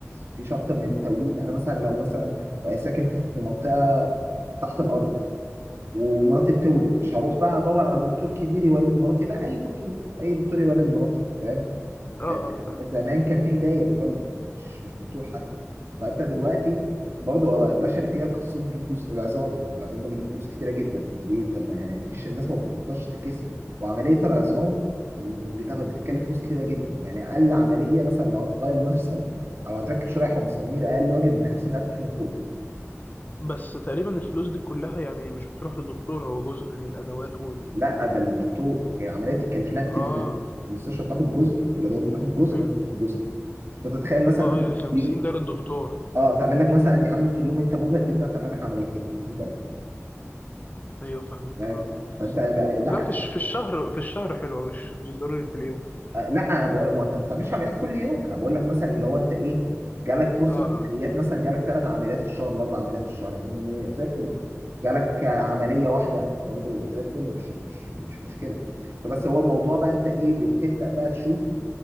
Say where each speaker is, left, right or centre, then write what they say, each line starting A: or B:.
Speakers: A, on the right (about 55°); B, on the left (about 35°).
A: مفيش اكتر من توليد انا مثلا لو مثلا ساكن في منطقه تحت الارض ومراتي بتولد مش هروح بقى ادور على دكتور كبير يولد مراتي لا اي دكتور اي دكتور يولد مراتي فاهم؟
B: آه آه
A: ده
B: فاهم
A: زمان كان في داية بتولد مش مش دكتور حتى فانت دلوقتي برضو آه، بشري فيها تخصصات بتجيب فلوس العظام العظام ده بيجيب فلوس كتيره جدا ليه انت ما ما فيش الناس ما بتقدرش تتكسب وعمليه العظام بتاخد بتتكلف فلوس كتيره جدا يعني اقل عمليه مثلا لو هتغير مفصل او هتركب شرايح ومسامير اقل واجب من 50000 فيما فوق
B: بس تقريبا الفلوس دي كلها يعني مش بتروح للدكتور هو جزء للأدوات وال
A: لا ده للدكتور يعني العمليه تتكلف لها 200
B: آه
A: المستشفى بتاخد جزء والادوات بتاخد جزء
B: حلو
A: وانت بتاخد جزء فتتخيل مثلا
B: اه اه يعني 50
A: انت
B: ده للدكتور
A: اه تعمل لك مثلا
B: مم.
A: يا عم في اليوم انت مجهد جدا تعمل لك عمليتين 100,000
B: ايوه فاهمك
A: فاهم
B: اه
A: فانت بقى- لا
B: لا في الش- في الشهر في الشهر حلوه مش مش ضروري في اليوم
A: لا انا بقول ما انت ما بتعملش عمليات كل يوم انا بقول لك مثلا اللي هو انت ايه جالك فرصه
B: اه
A: عمليات
B: اه
A: مثلا جالك ثلاث عمليات في الشهر ولا اربع عمليات في الشهر يا عم إيه، زي الفل جالك عمليه واحده برضو زي الفل مش مش مش مشكله فبس هو الموضوع بقى انت ايه بتبدا بقى تشوف